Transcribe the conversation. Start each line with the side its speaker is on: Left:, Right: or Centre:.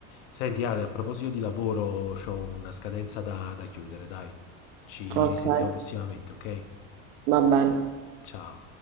Left: Senti Ale, a proposito di lavoro, ho una scadenza da, da chiudere, dai. Ci
Right: Okay,
Left: risentiamo prossimamente, ok?
Right: va bene.
Left: Ciao.